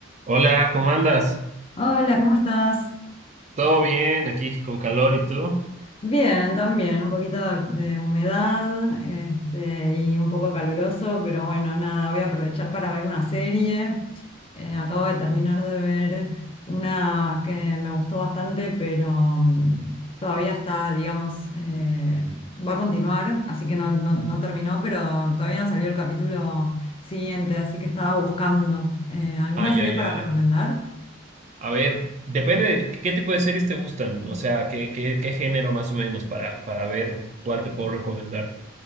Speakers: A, on the right; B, on the left.
A: Hola, ¿cómo andas?
B: Hola, ¿cómo estás?
A: ¿Todo bien aquí con calor y tú?
B: Bien, también, un poquito de, humedad, este, y un poco caluroso, pero bueno, nada, voy a aprovechar para ver una serie. Eh, acabo de terminar de ver una que me gustó bastante, pero mm, todavía está, digamos, eh, va a continuar, así que no, no- no terminó, pero todavía no salió el capítulo siguiente, así que estaba buscando. Eh, ¿alguna
A: Ay,
B: serie
A: ay,
B: para
A: ay.
B: recomendar?
A: A ver, depende de qué tipo de series te gustan, o sea, qué, qué, qué género más o menos para, para ver cuál te puedo recomendar.